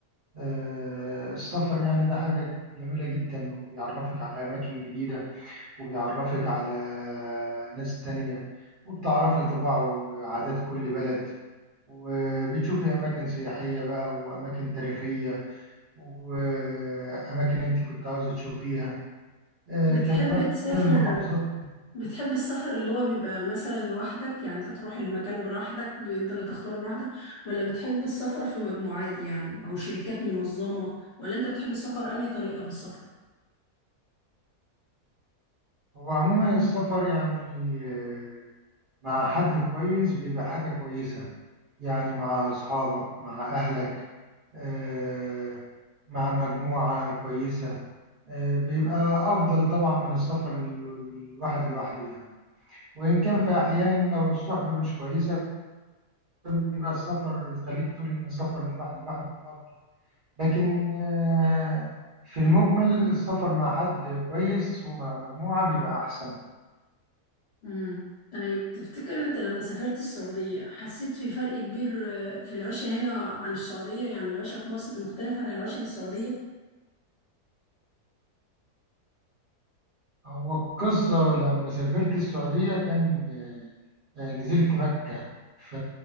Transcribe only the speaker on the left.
بتحب
تسافر
بتحب السفر اللي هو بيبقى مثلا لوحدك يعني انت تروح المكان براحتك ب- انت اللي تختاره براحتك ولا بتحب السفر في مجموعات يعني او شركات منظمة ولا انت بتحب السفر انهي طريقة في السفر
امم طيب تفتكر انت لما سافرت السعودية حسيت في فرق كبير آه، في العيشة هنا عن السعودية يعني العيشة في مصر مختلفة عن العيشة في السعودية